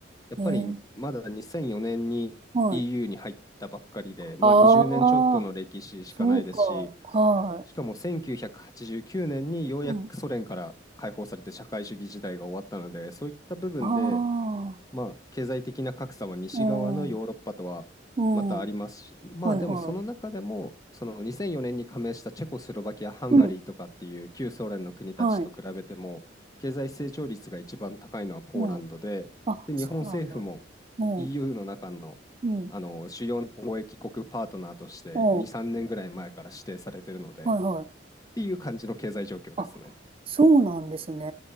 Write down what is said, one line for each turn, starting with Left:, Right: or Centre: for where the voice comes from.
Left: やっぱりまだ2004年に
Right: えー、はい。
Left: EU に入ったばっかりで、まあ20年ちょっとの歴史しかないですし、
Right: ああ、そうか。はい。
Left: しかも1989年にようやくソ連から解放されて社会主義時代が終わったので、
Right: うん。
Left: そういった部分で
Right: ああ、
Left: まあ、経済的な格差は西側のヨーロッパとはまたありますし、
Right: うん、うん、
Left: まあでもその中でも、
Right: はいはい。
Left: その2004年に加盟したチェコスロバキア、ハンガリーとかっていう旧ソ連の国たちと比べても、
Right: うん、はい、
Left: 経済成長率が一番高いのはポーランドで、
Right: うん。あ、
Left: で、
Right: そうなんだ。
Left: 日本政府も
Right: うん、
Left: EU
Right: う
Left: の中の、
Right: ん、う
Left: あの主要な貿易国パートナーとして2、
Right: ん、
Left: 3年ぐらい前から指定されてるので、
Right: はいはい。
Left: っていう感じの経済状況ですね。
Right: あ、そうなんですね。